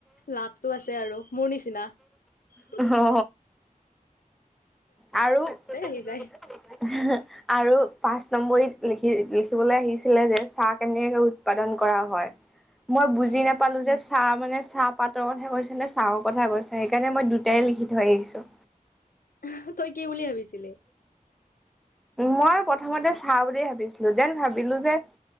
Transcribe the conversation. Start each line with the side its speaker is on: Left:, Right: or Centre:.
Left: লাবটো আছে আৰু মোৰ নিচিনা ।
Centre: অ আৰু হে
Left: আহি যায়।
Centre: আৰু পাঁচ নম্বৰীত লিখি লিখিবলৈ আহিছিলে যে চাহ কেনেকৈ উৎপাদন কৰা হয়? মই বুজি
Left: উম,
Centre: নাপালো যে চাম মানে চাহ পাতৰ কথা কৈছে নে চাহৰ কথা কৈছে সেইকাৰণে মই দুটাই লিখি থৈ আহিছো।
Left: <inaudible> তই কি উলি ভাবিছিলি?
Centre: মই আৰু প্ৰথমতে চাহ বুলিয়ে ভাবিছিলো দেন ভাবিলো যে